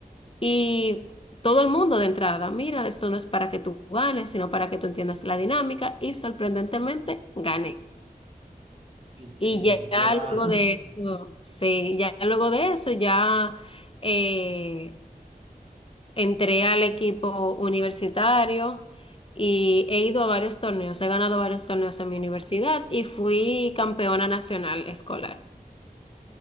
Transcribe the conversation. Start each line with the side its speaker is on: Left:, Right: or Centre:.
Left: Y todo el mundo de entrada, mira, esto no es para que tú ganes, sino para que tú entiendas la dinámica. Y sorprendentemente, gané.
Right: ¿En serio?
Left: Y ya ya
Right: ¡Wow!
Left: luego de eso, sí, ya luego de eso, ya eh, Entré al equipo universitario y he ido a varios torneos, he ganado varios torneos en mi universidad y fui campeona nacional escolar.